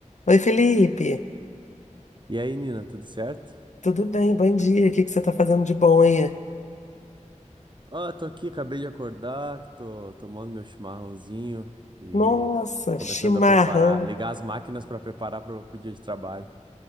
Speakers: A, on the left (about 65°); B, on the right (about 40°).
A: Oi, Felipe.
B: E aí, Nina, tudo certo?
A: Tudo bem? Bom dia. O que que você tá fazendo de bom aí?
B: Ah, tô aqui, acabei de acordar, tô tomando meu chimarrãozinho e
A: Nossa, chimarrão.
B: começando a preparar, ligar as máquinas para preparar pro, pro dia de trabalho.